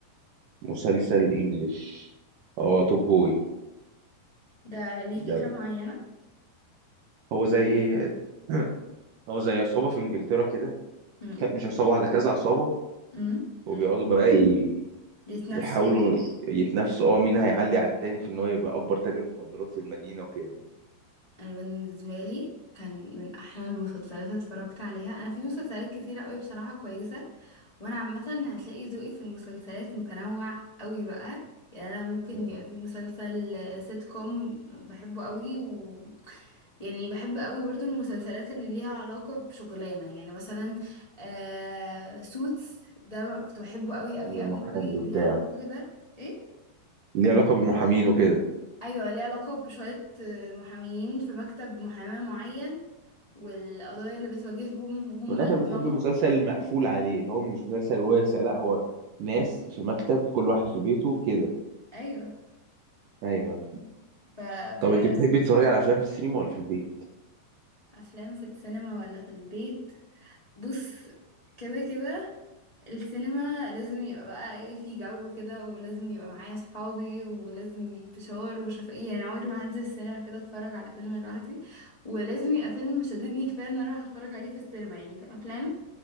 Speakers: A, on the right (about 70°); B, on the left (about 50°).
A: مسلسل انجليش اه توب بوي
B: ده ليه فكرة
A: ده
B: معينة
A: هو زي ايه <clears throat> هو زي عصابه في انجلترا كده
B: امم
A: ك- مش عصابه واحده كذا عصابه مم.
B: امم
A: وبيقعدوا بقى ي-
B: ليت نفسه
A: يحاولوا يتنافسوا اه مين هيعلي على التاني في ان هو يبقى اكبر تاجر مخدرات في المدينه وكده يعني
B: انا بالنسبة لي كان من احلى المسلسلات اللي اتفرجت عليها انا في مسلسلات كتيرة قوي بصراحة كويسة وانا عامة هتلاقي ذوقي في المسلسلات متنوع قوي بقى يعني انا ممكن يبقى
A: آه.
B: في مسلسل سيت كوم بحبه قوي و يعني بحب قوي برضو المسلسلات اللي ليها علاقة بشغلانة يعني مثلا آه... سوتس ده بقى كنت بحبه قوي قوي
A: المحامي
B: قوي قوي
A: وبتاع
B: ليه علاقة كده ايه
A: ليه علاقه بالمحامين وكده
B: ايوه ليه علاقة بشوية آه، محامين في مكتب محاماة معين والقضايا اللي بتواجههم وهم
A: ومن الاخر
B: الدراما
A: بتحب المسلسل المقفول عليه اللي هو مش مسلسل واسع لا هو ناس في مكتب كل واحد في بيته كده
B: ايوه
A: ايوه
B: ف...
A: طب
B: فده
A: انت بتحبي تتفرجي على افلام في السينما ولا في البيت
B: افلام في السينما ولا في البيت بص كده كده السينما لازم يبقى بقى ايه في جو كده ولازم يبقى معايا صحابي ولازم نجيب فشار وشفقية يعني عمري ما هنزل السينما كده اتفرج على فيلم لوحدي ولازم يبقى فيلم شددني كفاية ان انا اروح اتفرج عليه في السينما يعني في افلام